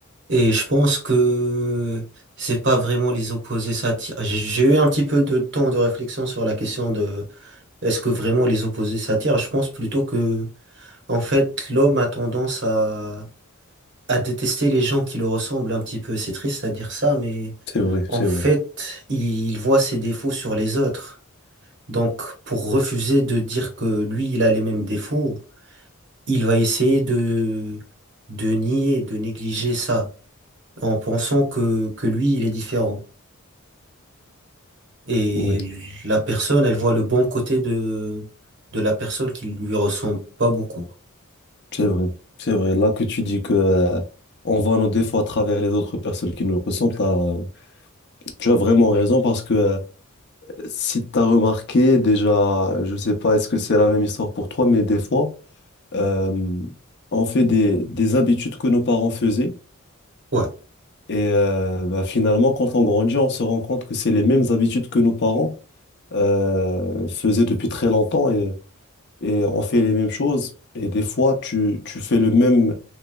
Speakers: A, on the right (about 55°); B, on the left (about 55°).
A: Et je pense que c'est pas vraiment les opposés s'attirent. J'ai j'ai eu un petit peu de temps de réflexion sur la question de est-ce que vraiment les opposés s'attirent? Je pense plutôt que, en fait, l'homme a tendance à, à détester les gens qui le ressemblent un petit peu. C'est triste à dire ça, mais
B: C'est vrai,
A: en
B: c'est
A: fait,
B: vrai.
A: il voit ses défauts sur les autres. Donc, pour refuser de dire que lui, il a les mêmes défauts, il va essayer de, de nier, de négliger ça en pensant que, que lui, il est différent. Et
B: Oui,
A: la personne, elle voit le bon côté de, de la personne qui lui ressemble pas beaucoup.
B: c'est vrai. C'est vrai. Là que tu dis que, euh, on voit nos défauts à travers les autres personnes qui nous ressemblent, là, euh, tu as vraiment raison parce que, euh, si tu as remarqué, déjà, je sais pas, est-ce que c'est la même histoire pour toi, mais des fois, euh, on fait des, des habitudes que nos parents faisaient
A: Ouais,
B: Et euh, bah, finalement, quand on grandit, on se rend compte que c'est les mêmes habitudes que nos parents euh, faisaient depuis très longtemps et, et on fait les mêmes choses. Et des fois, tu, tu fais le même,